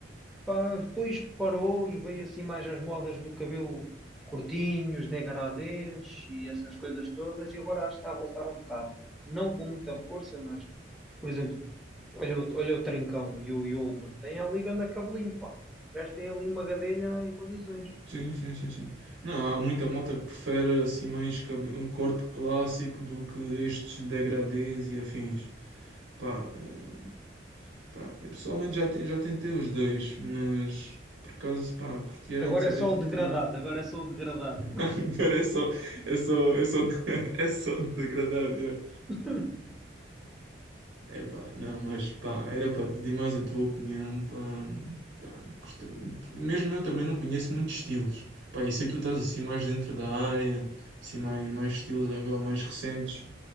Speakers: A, in the centre; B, on the right.
A: Pá, depois parou e veio assim mais as modas do cabelo curtinho, os degradês e essas coisas todas, e agora acho que está a voltar um bocado. Não com muita força, mas, por exemplo, olha, o- olha o Trincão e o Yulman, tem ali ganda cabelinho, pá. O gajo tem ali uma gadelha em condições.
B: Sim, sim, sim, sim. Não, há muita malta que prefere assim mais cabe- um corte clássico do que estes degradês e afins. Pá, eh, pá, eu pessoalmente já, te- já tentei os dois, mas por acaso, pá, curti era
A: Agora
B: de saber,
A: é só
B: tipo,
A: o degradado, agora é só o degradado.
B: <laughs> cara, é só, é só, é só, <laughs> é só degradado,
A: <laughs>
B: Epá, não, mas pá, era para pedir mais a tua opinião, pá. Pá, gostei- Mesmo eu também não conheço muitos estilos, pá, e sei que tu estás assim mais dentro da área, assim mais, mais estilos agora mais recentes,